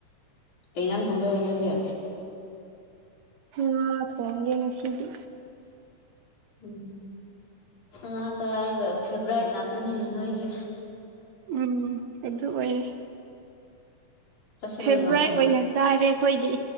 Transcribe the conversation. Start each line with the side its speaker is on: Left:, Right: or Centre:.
Left: ꯑꯩꯖꯥꯡ ꯊꯨꯝꯖꯔ ꯅꯣꯏꯁꯦ
Right: ꯃꯥ ꯐꯣꯡꯣꯡꯒꯦ ꯉ ꯁꯤꯗꯤ
Left: ꯎꯝ ꯉꯥ ꯆꯥꯔꯒ ꯐꯦꯚ꯭ꯔꯥꯏꯠ ꯉꯥꯛꯇꯅꯤ ꯅꯣꯏꯁꯦ
Right: ꯎꯝ ꯑꯗꯨ ꯑꯣꯏꯔꯦ
Left: ꯆꯠꯁꯤꯜꯂꯨ
Right: ꯐꯦꯚꯣꯔꯥꯏꯠ
Left: ꯌꯥꯎꯅ
Right: ꯑꯣꯏꯅ ꯆꯥꯔꯦ ꯑꯩꯈꯣꯏꯗꯤ